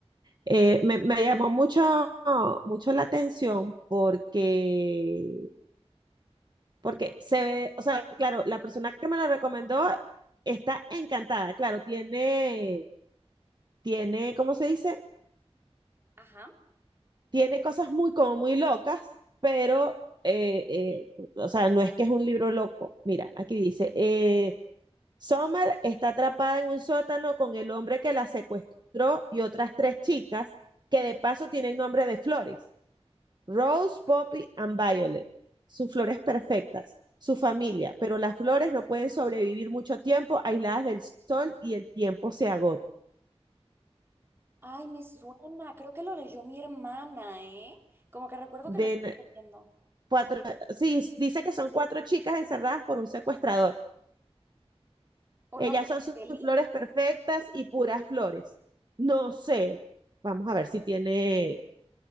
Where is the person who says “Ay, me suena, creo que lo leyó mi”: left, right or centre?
Right